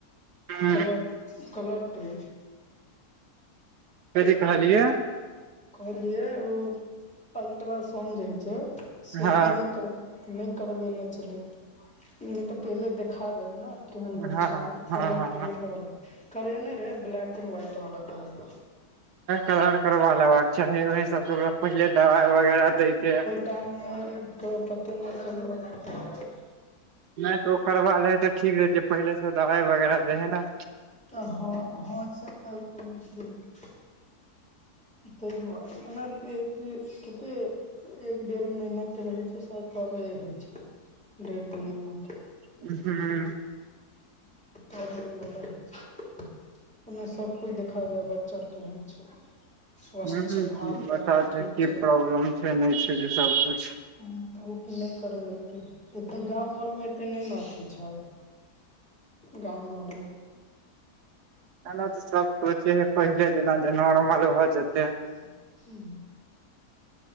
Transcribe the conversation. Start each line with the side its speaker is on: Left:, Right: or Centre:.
Right: हँ
Centre: कलर कलर प्रिंट
Right: कथी कहलिय
Centre: कहलियै ओ अल्ट्रासाउंड जे होइ छै से
Right: हँ
Centre: नै कर नै करबेने छलै नै तऽ पहिले देखा जाय है न केहन बच्चा
Right: हँ हँ हँ
Centre: कलर प्रिंट वला करेने रहै ब्लैक एंड व्हाइट वला करेने
Right: कलर करबा लेबाक चाही ओहि हिसाब सँ ओकरा पहिले दबाई वगैरह दैतै
Centre: टाउन मे कहियो पते नय चलले
Right: नय तऽ ओ करबा लै है तऽ ठीक रहतै पहिलेसँ दवाइ वगैरह दै हैय न
Centre: तऽ हँ हँ से तऽ बुझै छिये तै दुआरे ओना <unintelligible> कते एक डेढ़ महीना तऽ रहै छै साइद तबे होइ छै डेढ़ दू महीना केँ
Right: हुँ
Centre: तब उ वला होइ छै ओय मे सब कुछ देखा रहै बच्चा केहेन छै स्वस्थ
Right: हुँ-
Centre: छै
Right: हुँ
Centre: हाथ
Right: बता
Centre: पैर
Right: दै
Centre: ठीक
Right: की
Centre: छै
Right: प्रॉब्लम छै नै छै जे सब कुछ
Centre: हुँ तऽ उ नय करवेलकै एतऽ गाम अर मे एते नै नऽ अथी छै गाम घर मे
Right: एना तऽ सब सोचै हेय पहिले जेना जे नॉर्मल भऽ जेतै
Centre: उहूँ